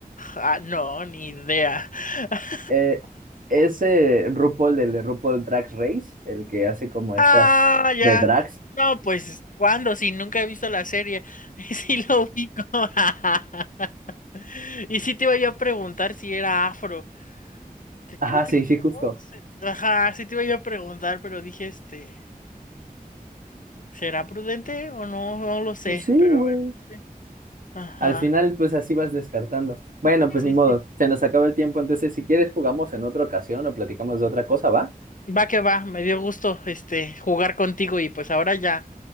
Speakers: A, on the left; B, on the right.
A: Ah, no, ni idea. <laughs>
B: Eh, ese RuPaul del de RuPaul Drag Race, el que hace como estas
A: Ah, ya.
B: de drags.
A: No, pues, ¿cuándo? Si nunca he visto la serie. <laughs> Sí lo ubico. <laughs> Y sí te iba yo a preguntar si era afro. Que Creo
B: Ajá,
A: que
B: sí,
A: sí,
B: sí, justo.
A: ¿no? Se- Ajá, sí te iba yo a preguntar, pero dije, este, ¿será prudente o no? No lo sé,
B: Pues sí, güey.
A: pero bueno, sí. Ajá,
B: Al final, pues así vas descartando. Bueno, pues
A: sí,
B: ni modo,
A: sí.
B: se nos acaba el tiempo, entonces si quieres jugamos en otra ocasión o platicamos de otra cosa, ¿va?
A: Va que va, me dio gusto, este, jugar contigo y pues ahora ya,